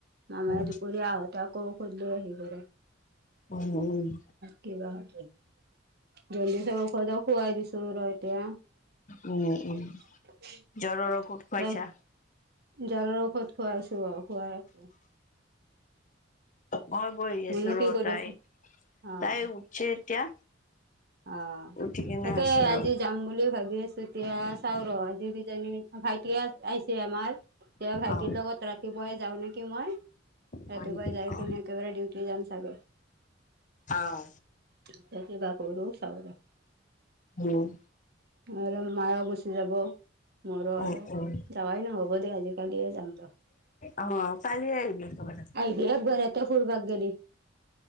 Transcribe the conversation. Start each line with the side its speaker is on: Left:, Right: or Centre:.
Right: মামাই
Left: উম
Right: দুপৰীয়া আহঁতে আকৌ ঔষধ লৈ আহিব ৰ।
Left: উম
Right: কি বা হয়। জল্দি ঔষধ খোৱাই দিছো ৰ এতিয়া।
Left: উম উম
Right: <unintelligible>
Left: জ্বৰৰ। ঔষধ খুৱাইছা
Right: তাই জ্বৰৰ ঔষধ খুৱাইছো বাও খুৱাই আছো।
Left: অ মই বহি
Right: মুনু
Left: আছো ৰ
Right: কি কৰি
Left: তাই
Right: আছে অ
Left: তাই উঠি এতিয়া।
Right: অ।
Left: উঠি কেনে
Right: তাকে
Left: আছে
Right: আজি
Left: ৰ
Right: যাম বুলি ভাবি আছো তেতিয়া চাও ৰ আজি কিজানি ভাই। এতিয়া আহিছে আমাৰ এতিয়া ভাইটিৰ
Left: অ
Right: লগত ৰাতিপুৱাই যাও নেকি মই।
Left: হয়
Right: ৰাতিপুৱাই
Left: নেকি
Right: যাই
Left: অ
Right: কিনি একেবাৰে ডিউটি যাম চাগে।
Left: আউ।
Right: এতিয়া কিবা <inaudible>
Left: উম।
Right: নহলে, মাইয়ো গুচি যাব। মোৰো আৰু
Left: উম উম
Right: যাৱাই নহ'ব দে আজি কালি যাম ৰ।
Left: অ কালি আহিব একেবাৰে।
Right: এক বাৰতে ফুুৰবা গেলি।